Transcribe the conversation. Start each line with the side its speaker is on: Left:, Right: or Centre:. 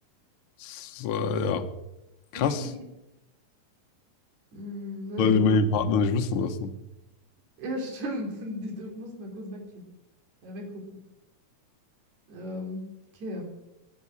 Left: das ist, äh, ja, krass.
Right: <laughs> Hm, na
Left: Sollte
Right: gut.
Left: man den Partner nicht wissen lassen.
Right: Ja, stimmt. <laughs> Die dürfen- mussten da kurz wegklicken. Ja, weggucken. Ähm, okay.